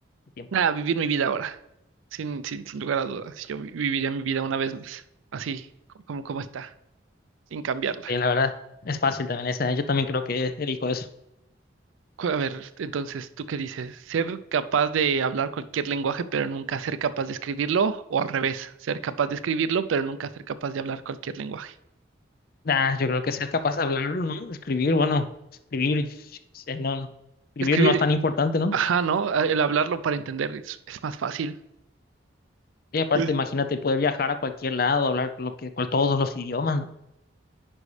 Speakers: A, on the left (about 50°); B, on the right (about 80°).
A: del tiempo.
B: Nada, vivir mi vida ahora, sin, sin, sin lugar a dudas. Yo vi- viviría mi vida una vez más, así co- como, como está, sin cambiarla.
A: Eh, la verdad, es fácil también esa. ¿eh? Yo también creo que elijo eso.
B: Cu- A ver, entonces, ¿tú qué dices? ¿Ser capaz de hablar cualquier lenguaje pero nunca ser capaz de escribirlo? ¿O al revés, ser capaz de escribirlo pero nunca ser capaz de hablar cualquier lenguaje?
A: Nah, yo creo que ser capaz de hablarlo, ¿no? Escribir, bueno, escribir, yo qué sé, no, no. Escribir
B: Escribir,
A: no es tan importante, ¿no?
B: ajá, ¿no? A- El hablarlo para entender es, es más fácil.
A: Y aparte,
B: Eh,
A: imagínate poder viajar a cualquier lado, hablar lo que, cual, todos los idiomas, ¿no?